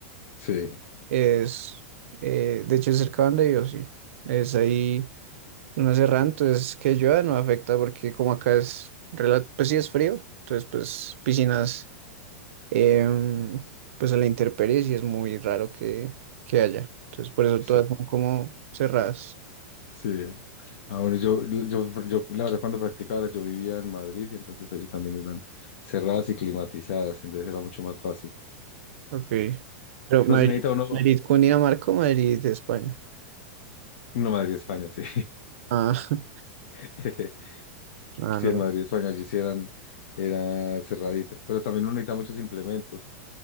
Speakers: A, on the left (about 65°); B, on the right (about 65°).
A: Sí,
B: Es, eh, de hecho, es cerca donde yo, sí. Es ahí una Serra, entonces que llueva no afecta porque como acá es, rela- pues sí es frío, entonces pues piscinas, em, pues a la intemperie sí es muy raro que, que haya. Entonces por eso
A: sí,
B: todas son como cerradas.
A: sí. Ah, bueno, yo, yo, yo, la verdad, cuando practicaba, ahora yo vivía en Madrid y entonces allí también eran cerradas y climatizadas, entonces era mucho más fácil.
B: Ok. Pero
A: Pero
B: Madrid,
A: si necesita uno,
B: Madrid, Cundinamarca, o Madrid, España.
A: no Madrid, España, sí.
B: Ah, <laughs>
A: <laughs>
B: ah,
A: Sí,
B: no,
A: en Madrid, España, allí sí eran, era cerradita. Pero también uno necesita muchos implementos